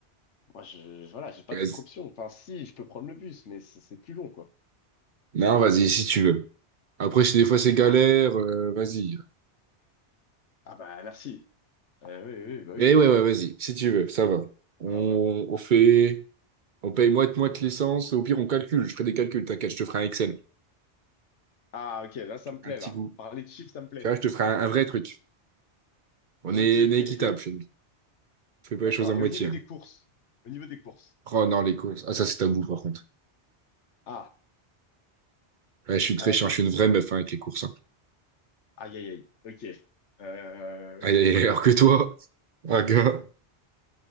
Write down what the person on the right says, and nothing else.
vas
Non, vas-y, si tu veux. Après, si des fois c'est galère,
euh, vas-y.
Mais ouais, ouais, vas-y, si tu veux, ça va. On,
on fait, on paye moite-moite licence. Au pire, on calcule. Je ferai des calculs, t'inquiète, je te ferai un Excel.
Je
te
ferai un petit
coup.
Tu vois, je te ferai un, un vrai truc. On
est,
on est
équitable chez nous. Je fais pas
les choses à moitié.
hein.
Oh non, les courses. Ah, ça, c'est tabou, par contre.
Ouais, je suis
très
chiant, je suis une vraie meuf hein, avec les courses. hein.
Aïe,
aïe,
aïe, alors que toi, un gars.